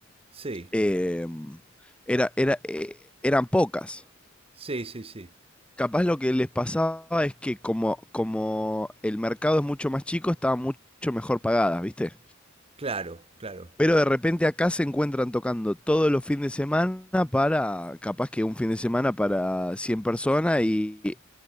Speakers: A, on the right (about 30°); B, in the centre.
A: Sí,
B: eh, era, era, eh, eran pocas.
A: sí, sí, sí.
B: Capaz lo que les pasaba es que como, como el mercado es mucho más chico, estaban mucho mejor pagadas, ¿viste?
A: Claro, claro.
B: Pero de repente acá se encuentran tocando todos los fines de semana para, capaz que un fin de semana para 100 personas y